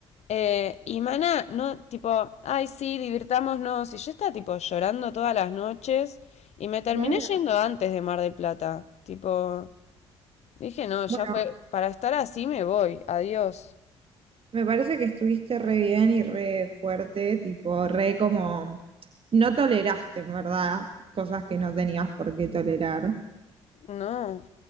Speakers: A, on the left; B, on the right.
A: Eh, y Mana, no, tipo, ay, sí, divirtámonos. Y yo estaba, tipo, llorando todas las noches. Y me terminé
B: Claro.
A: yendo antes de Mar del Plata. Tipo, Dije, no, ya
B: Bueno,
A: fue, para estar así me voy, adiós.
B: me parece que estuviste re bien y re fuerte, tipo, re como, no toleraste, en verdad, cosas que no tenías por qué tolerar.
A: No,